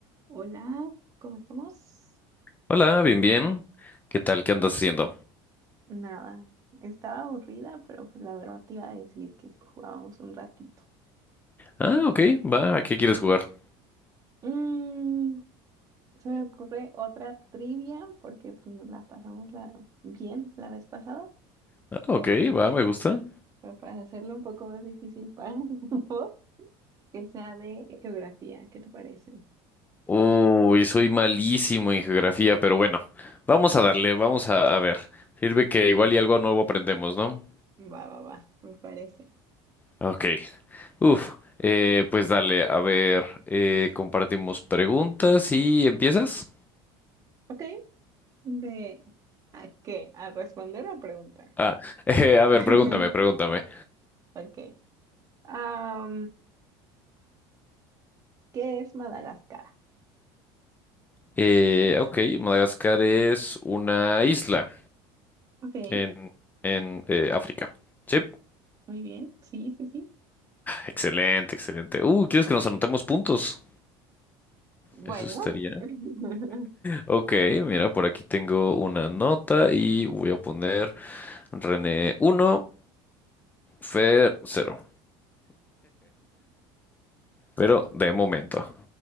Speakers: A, on the right; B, on the left.
A: Hola, ¿cómo estamos?
B: Hola, bien, bien. ¿Qué tal? ¿Qué andas haciendo?
A: Nada, estaba aburrida, pero pues la verdad te iba a decir que si jugábamos un ratito.
B: Ah, ok, va, ¿a qué quieres jugar?
A: Mm, se me ocurre otra trivia porque pues, nos la pasamos la- bien la vez pasada.
B: Ah,
A: Entonces,
B: ok, va, me gusta.
A: pero para hacerlo un poco más difícil para <laughs> vos, que sea de geografía, ¿qué te parece?
B: Uy, soy malísimo en geografía, pero bueno, vamos a darle, vamos a, a ver. Sirve que igual y algo nuevo aprendemos, ¿no?
A: Va, va, va, me parece.
B: Ok. Uf, eh, pues dale, a ver, eh, compartimos preguntas y empiezas.
A: Ok, ¿de a qué? A responder a preguntar.
B: Ah, <laughs> eh, a ver,
A: <laughs>
B: pregúntame, pregúntame.
A: Ok, Ah, ¿Qué es Madagascar?
B: Eh, ok, Madagascar es una isla
A: Ok, muy
B: en, en eh, África. ¿Sí?
A: bien. Sí, sí, sí. <laughs>
B: Excelente, excelente. Uh, ¿quieres que nos anotemos puntos?
A: Bueno,
B: Eso estaría.
A: <laughs>
B: Ok, mira, por aquí tengo una nota y voy a poner René uno Fer cero. Pero de momento.